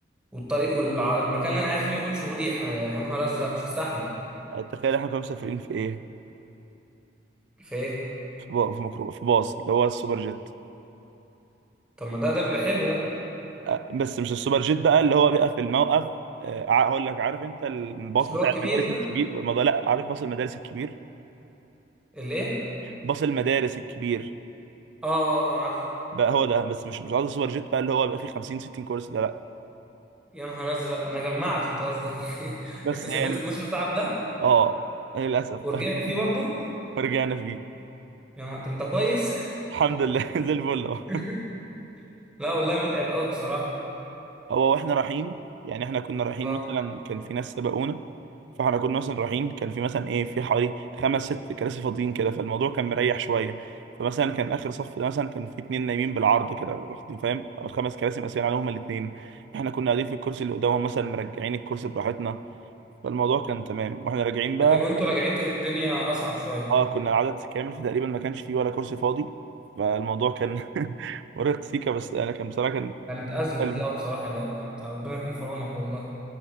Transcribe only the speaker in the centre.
والطريق والمكان اللي انا قاعد فيه ما يكونش مريح آه، يا نهار ازرق مش هستحمل
في ايه
طب ما ده ده بيبقى حلو ده
مش
اللي هو الكبير
ده
اللي ايه
اه آه، آه، عارف
يا نهار ازرق انا جمعت انت قصدك ايه <laughs>
انت سافرت
12 ساعه في ده
ورجعت
فيه برضه
يا نهار طب انت كويس
<laughs> لا والله متعب قوي بصراحه
اه
لكن وانتوا راجعين كانت الدنيا اصعب شويه
كانت ازمه
دي اه بصراحه ده ده أنت ربنا يكون في عونك والله